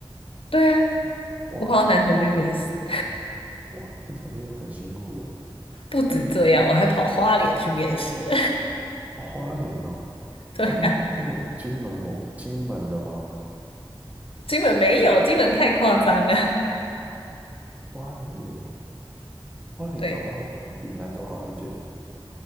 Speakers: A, on the left; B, on the right.
A: 对啊，
B: 哇，
A: 我跑到南投去面试，
B: 哇，听起来就很辛苦哎。哦
A: <laughs> 不止这样，我还跑花莲去面试。
B: 花莲哦，
A: <laughs> 对啊，
B: 啊，那那有金门或金门的吗？
A: 金门没有，金门太夸张了。
B: 花莲也，花莲搞不好比南投好一点。
A: <laughs> 对，